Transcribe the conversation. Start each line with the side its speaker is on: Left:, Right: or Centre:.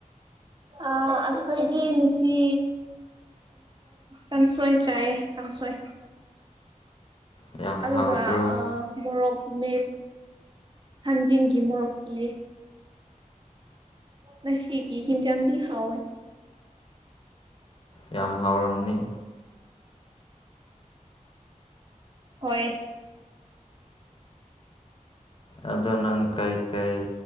Right: ꯑꯩꯈꯣꯏꯒꯤ ꯃꯤꯁꯤ ꯄꯁꯣꯏ ꯆꯥꯏꯑ ꯀꯥꯡꯁꯣꯏ
Left: ꯌꯥꯝ ꯍꯥꯎꯕ꯭ꯔꯣ
Right: ꯑꯗꯨꯒ ꯃꯣꯔꯣꯛ ꯃꯦ ꯊꯥꯟꯖꯤꯡꯒꯤ ꯃꯣꯔꯣꯛꯀꯤꯤ ꯅꯁꯤꯒꯤ ꯍꯤꯡꯟꯖꯟꯗꯤ ꯍꯥꯎꯋꯦ
Left: ꯌꯥꯝ ꯍꯥꯎꯔꯝꯅꯤ
Right: ꯍꯣꯏ
Left: ꯑꯗꯣ ꯅꯪ ꯀꯩꯀꯩ